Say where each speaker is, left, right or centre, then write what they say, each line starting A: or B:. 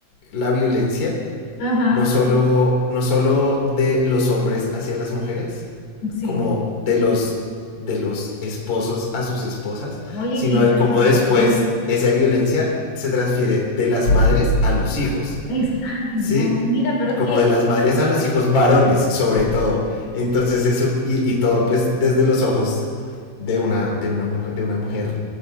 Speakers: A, on the left; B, on the left.
A: la violencia
B: Ajá,
A: no solo, no solo de los hombres hacia las mujeres,
B: sí.
A: como de los, de los esposos a sus esposas,
B: Oye,
A: sino
B: qué interesante.
A: de cómo después esa violencia se transfiere de las madres a los hijos,
B: Es- ay,
A: ¿sí?
B: Dios, mira, pero es
A: Como
B: que
A: de las madres a los hijos varones, sobre todo. Entonces eso, y, y todo pues desde los ojos de una, de una mujer, de una mujer